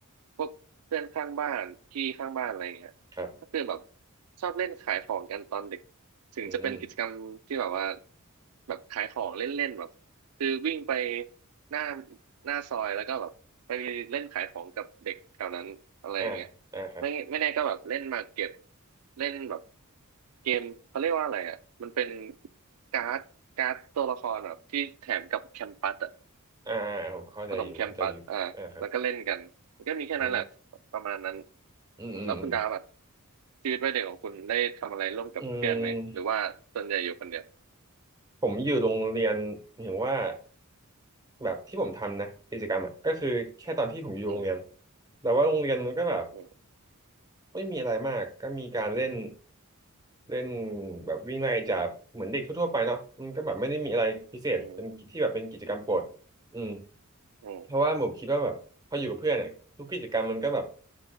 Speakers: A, on the right; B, on the right.
A: พวกเพื่อนข้างบ้านพี่ข้างบ้านอะไรอย่างเงี้ยก็คือแบบ
B: ครับ
A: ชอบเล่นขายของกันตอนเด็กถึงจะเป็นกิจกรรมที่แบบว่า
B: อืม
A: แบบขายของเล่นๆแบบคือวิ่งไปหน้าหน้าซอยแล้วก็แบบไปเล่นขายของกับเด็กแถวนั้นอะไรอย่างเงี้ย
B: อ่าอ่าครับ
A: ไม่ไม่แน่ก็แบบเล่นมาเก็บเล่นแบบเกมเขาเรียกว่าอะไรอ่ะมันเป็นการ์ดการ์ดตัวละครแบบที่แถมกับแคมปัสอ่ะ
B: อ่าผมเข้าใจอยู่เข้าใจอยู่อ่าครับ
A: ขนมแคมปัสอ่าแล้วก็เล่นกันมันก็มีแค่นั้นแหละ
B: อืม
A: ประมาณนั้น
B: อืมอืมอืม
A: อืมแล้วคุณดาวแบบชีวิตวัยเด็กของคุณได้ทำอะไรร่วมกับเพื่อนไหมหรือว่าส่วนใหญ่อยู่คนเดียว
B: อืมผมอยู่โรงเรียนเห็นว่าแบบที่ผมทำนะกิจกรรมอ่ะก็คือแค่ตอนที่ผมอยู่โรงเรียน
A: อืม
B: แต่ว่าโรงเรียนมันก็แบบ
A: อืม
B: ไม่มีอะไรมากก็มีการเล่นเล่นแบบวิ่งไล่จับเหมือนเด็กทั่วๆไปเนาะมันก็แบบไม่ได้มีอะไรพิเศษเป็นที่แบบเป็นกิจกรรมโปรดอืม
A: อืมอืม
B: เพราะว่าผมคิดว่าแบบพออยู่กับเพื่อนอะทุกกิจกรรมมันก็แบบ